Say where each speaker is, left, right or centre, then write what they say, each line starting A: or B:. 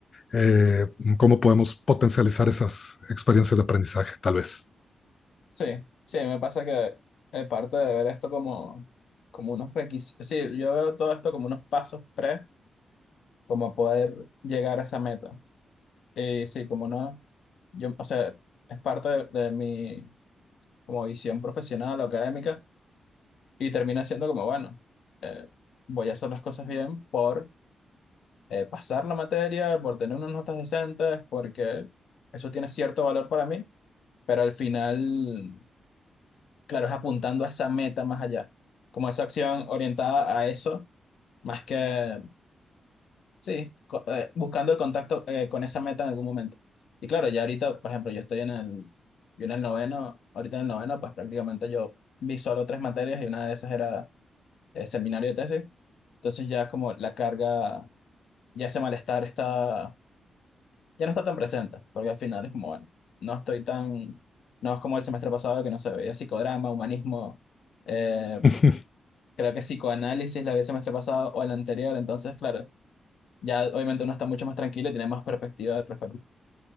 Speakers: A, on the left (about 40°); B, on the left (about 75°).
A: eh, cómo podemos potencializar esas experiencias de aprendizaje, tal vez.
B: Sí, sí, me pasa que eh, parte de ver esto como, como unos requisitos, sí, yo veo todo esto como unos pasos pre, como poder llegar a esa meta. Y sí, como no, yo, o sea, es parte de de mi como visión profesional o académica Y termina siendo como, bueno, eh, voy a hacer las cosas bien por eh, pasar la materia, por tener unas notas decentes, porque eso tiene cierto valor para mí, pero al final, claro, es apuntando a esa meta más allá, como esa acción orientada a eso, más que, sí, co- eh, buscando el contacto eh, con esa meta en algún momento. Y claro, ya ahorita, por ejemplo, yo estoy en el, yo en el noveno, ahorita en el noveno, pues prácticamente yo vi solo tres materias y una de esas era eh, seminario de tesis. Entonces ya es como la carga ya ese malestar está, ya no está tan presente, porque al final es como, bueno, no estoy tan, no es como el semestre pasado que no se veía psicodrama, humanismo, eh,
A: <laughs>
B: creo que psicoanálisis la había el semestre pasado o el anterior, entonces claro, ya obviamente uno está mucho más tranquilo y tiene más perspectiva al respecto.